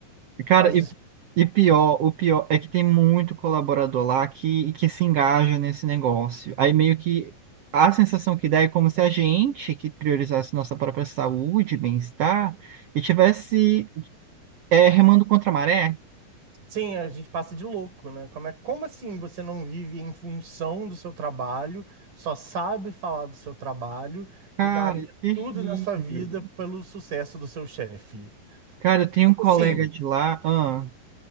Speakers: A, on the right; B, on the right.
A: Mas
B: Cara, e, e pior, o pior é que tem muito colaborador lá que, que se engaja nesse negócio. Aí meio que a sensação que dá é como se a gente que priorizasse nossa própria saúde, bem-estar, e tivesse é, remando contra a maré.
A: Sim, a gente passa de louco, né? Como é, como assim você não vive em função do seu trabalho, só sabe falar do seu trabalho e
B: Cara,
A: daria
B: é
A: tudo na sua
B: terrível.
A: vida pelo sucesso do seu chefe?
B: Cara, eu tenho
A: Como
B: um colega
A: assim?
B: de lá, ah,